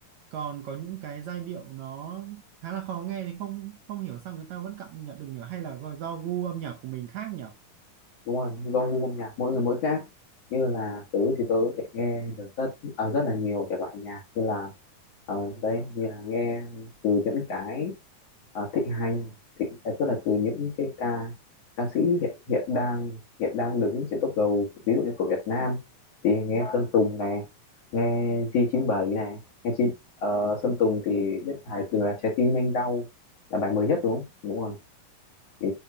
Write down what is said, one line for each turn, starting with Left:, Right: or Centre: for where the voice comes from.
Right: Còn có những cái giai điệu nó khá là khó nghe thì không không hiểu sao người ta vẫn cảm nhận được nhỉ hay là gọi do gu âm nhạc của mình khác nhỉ?
Left: đúng rồi do gu âm nhạc mỗi người mỗi khác như là tớ thì tớ có thể nghe được rất à, rất là nhiều thể loại nhạc như là ờ, đấy như là nghe từ những cái ờ, thịnh hành thịnh à, tức là từ những cái ca ca sĩ hiện hiện đang hiện đang đứng trên top đầu ví dụ như của Việt Nam thì nghe Sơn Tùng này nghe gi chín bảy này nghe chi, ờ, Sơn Tùng thì biết bài từng là trái tim anh đau là bài mới nhất đúng không đúng rồi thì